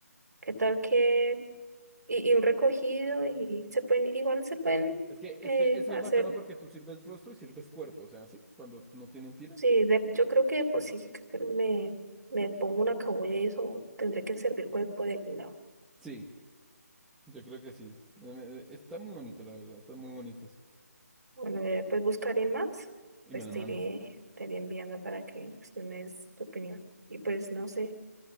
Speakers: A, on the right; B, in the centre.
A: ¿qué tal que... Y, y un recogido y se pueden, igual se pueden
B: Es que, es
A: eh,
B: que eso
A: hacer,
B: es bacano porque tú sirves rostro y sirves cuerpo, o sea, ¿sí? Cuando no tienen tiras.
A: sí, de- yo creo que de por
B: Sí.
A: si me, me pongo una cabulla y eso tendré que servir cuerpo de alguna
B: Sí, yo creo que sí. Eh, Está muy bonito, la verdad, están muy bonitos.
A: Bueno, eh, pues buscaré más,
B: Y
A: pues
B: me los
A: te
B: mandas.
A: iré, te iré enviando para que pues, tú me des tu opinión. Y pues no sé,